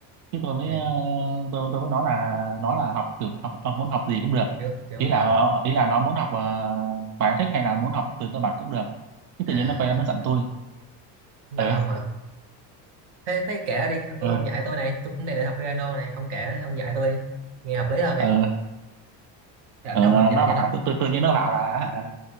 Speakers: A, on the right; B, on the right.
A: chứ tôi mới
B: nha
A: ờ, tôi tôi mới nói là nó là học kiểu học ông muốn học gì cũng được
B: kiểu kiểu
A: ý là
B: à
A: ờ, ý là nó muốn học ờ, bài nó thích hay là muốn học từ cơ bản cũng được chứ
B: à
A: tự
B: à,
A: nhiên nó quay ra nó giận
B: à.
A: tôi
B: giận
A: ờ
B: ông hả thế thế kể ra đi anh tôi
A: ờ
B: ông dạy tôi này tôi cũng đang định học piano này ông kể đi, ông dạy tôi đi. nghe hợp lý hơn ấy
A: ờ
B: rảnh
A: ờ,
B: đâu
A: nó
B: mà dạy
A: nó
B: cho
A: bảo
B: nó
A: tự, tự, tự nhiên nó bảo là